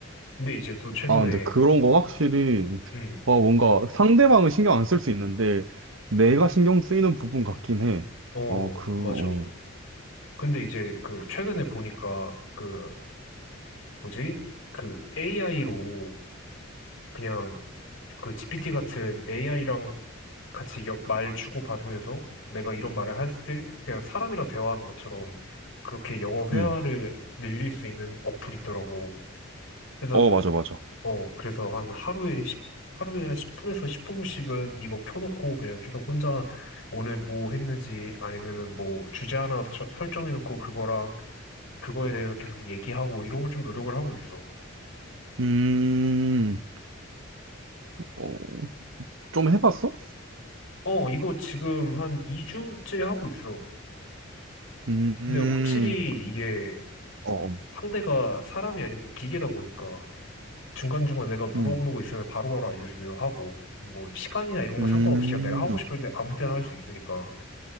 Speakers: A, on the left; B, on the right.
A: 근데 이제 또 최근에
B: 아, 근데 그런 거 확실히,
A: 음
B: 아, 뭔가 상대방은 신경 안 쓸 수 있는데, 내가 신경 쓰이는 부분 같긴 해.
A: 어
B: 어, 그, 어,
A: 맞아 근데 이제 그 최근에 보니까 그 뭐지? 그 AI로 그냥 그 GPT 같은 AI랑 같이 여- 말 주고받으면서 내가 이런 말을 했을 때 그냥 사람이랑 대화하는 것처럼 그렇게 영어 회화를
B: 음.
A: 늘릴 수 있는 어플이 있더라고. 그래서
B: 어, 맞아, 맞아.
A: 어 그래서 한 하루에 10 하루에 한 십 분에서 15분씩은 이거 켜놓고 그냥 계속 혼자 오늘 뭐 했는지 아니면은 뭐 주제 하나 처- 설정해놓고 그거랑 그거에 대해서 계속 얘기하고 이런 걸 좀 노력을 하고 있어.
B: 음, 어, 좀 해봤어?
A: 어, 이거 지금 한 2주째 하고 있어.
B: 음, 음.
A: 근데 확실히 이게
B: 어,
A: 상대가 사람이 아니고 기계다 보니까 중간중간 내가 물어보는
B: 음,
A: 거 있으면 바로바로 알려주기도 하고 뭐 시간이나 이런 거
B: 음,
A: 상관없이 그냥 내가 하고 싶을 때 아무 때나 할 수 있으니까